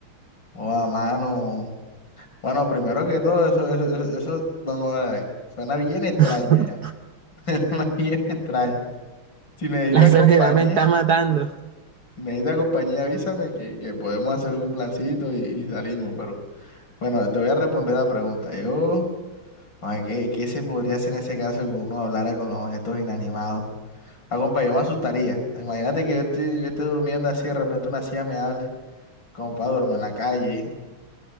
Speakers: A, on the left; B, on the right.
A: a mano. Bueno, primero que todo, eso, eso, eso, eso, don Oda, suena bien extraño
B: <laughs>
A: ya. <laughs> Suena bien extraño. Si necesitas
B: La soledad
A: compañía,
B: me está matando.
A: si necesitas compañía, avísame que, que podemos hacer algún plancito y, y salimos, pero. Bueno, te voy a responder la pregunta. Yo, ah, ¿qué, qué se podría hacer en ese caso que uno hablara con los objetos inanimados? Ah, compa, yo me asustaría. Imagínate que yo estoy, yo esté durmiendo así, de repente una silla me hable. Compa, duermo en la calle,